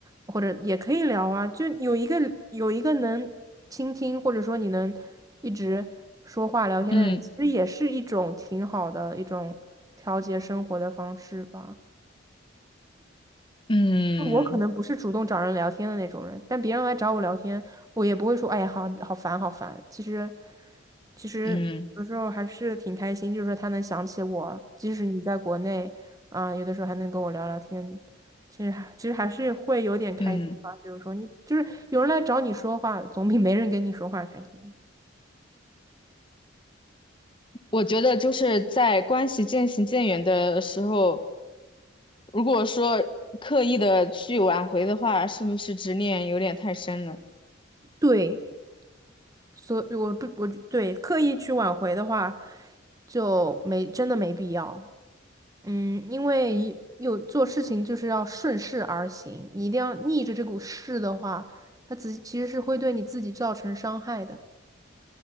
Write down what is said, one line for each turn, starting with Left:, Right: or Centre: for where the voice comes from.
Right: 或者也可以聊啊。就有一个有一个能倾听，或者说你能一直说话聊天的人，
Left: 嗯
Right: 其实也是一种挺好的一种调节生活的方式吧。
Left: 嗯
Right: 我可能不是主动找人聊天的那种人，但别人来找我聊天，我也不会说“哎呀，好好烦，好烦”。其实，其实有时候还是挺开心，
Left: 嗯
Right: 就是说他能想起我，即使你在国内，啊、有的时候还能跟我聊聊天，其实还其实还是会有点开心吧。
Left: 嗯，
Right: 就是说你，就是有人来找你说话，总比没人跟你说话开心。
Left: 我觉得就是在关系渐行渐远的时候，如果说刻意的去挽回的话，是不是执念有点太深了？
Right: 对，所以我不，我对刻意去挽回的话，就没真的没必要。嗯，因为一有做事情就是要顺势而行，你一定要逆着这股势的话，它只其实是会对你自己造成伤害的。